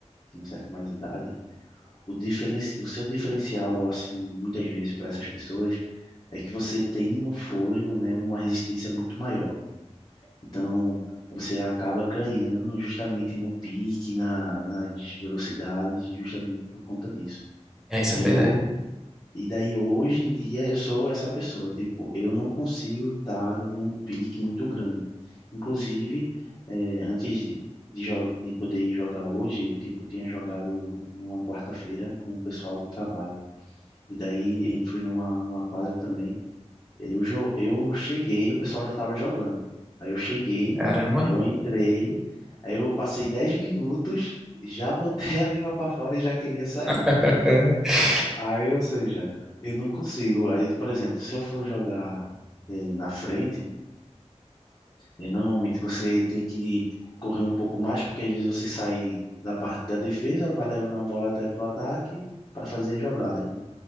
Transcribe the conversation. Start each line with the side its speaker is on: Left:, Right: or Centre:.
Left: tinha certa mais idade, o diferen... o seu diferencial, assim, muitas vezes para essas pessoas é que você tem um fôlego, né? Uma resistência muito maior. Então, você acaba ganhando justamente no pique, na, nas velocidades, justamente por conta disso.
Centre: É, isso
Left: Aí,
Centre: é verdade.
Left: ho- e daí hoje em dia eu sou essa pessoa, tipo, eu não consigo estar num pique muito grande. Inclusive, eh, antes de, de, jo- de poder ir jogar hoje, tipo, eu tipo, tinha jogado numa quarta-feira com o pessoal do trabalho. E daí a gente foi numa, numa quadra também. Eu, jo- eu cheguei, o pessoal já estava jogando. Aí eu cheguei,
Centre: Caramba.
Left: aí eu entrei, aí eu passei 10 minutos, já botei <laughs> a língua para fora e já queria sair.
Centre: <laughs>
Left: Aí, ou seja, eu não consigo. Aí, por exemplo, se eu for jogar eh, na frente, eh, normalmente você tem que correr um pouco mais, porque às vezes você sai da parte da defesa, vai levando a bola até pro ataque para fazer as jogadas, né?